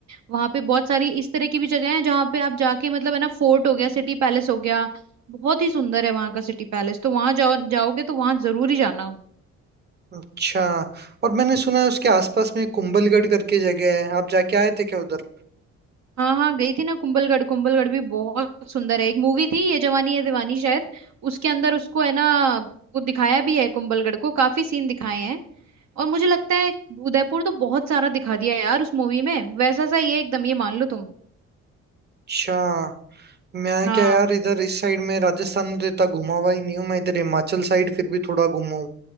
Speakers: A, on the right; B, on the right.
A: वहां पे बहुत सारी इस तरह की भी जगह है जहाँ पे आप जाके मतलब है ना फोर्ट हो गया सिटी पैलेस हो गया बहुत ही सुंदर है वहां का सिटी पैलेस तो वहां जाओ जाओगे तो वहां जरूर ही जाना
B: अच्छा और मैंने सुना है उसके आसपास में कुंभलगढ़ करके जगह है आप जाके आए थे क्या उधर
A: हाँ हाँ गई थी ना कुंभलगढ़ कुंभलगढ़ भी बहुत सुंदर है एक मूवी थी ये जवानी है दीवानी शायद उसके अंदर उसको है ना वो दिखाया भी है कुंभलगढ़ को काफी सीन दिखाए हैं और मुझे लगता है उदयपुर तो बहुत सारा दिखा दिया है यार उस मूवी में वैसा सा ये एकदम ये मान लो तुम
B: अच्छा मैं
A: हाँ
B: क्या यार इधर इस साइड में राजस्थान में तो इतना घुमा हुआ ही नहीं हूँ मैं इधर हिमाचल साइड फिर भी थोड़ा घुमा हूँ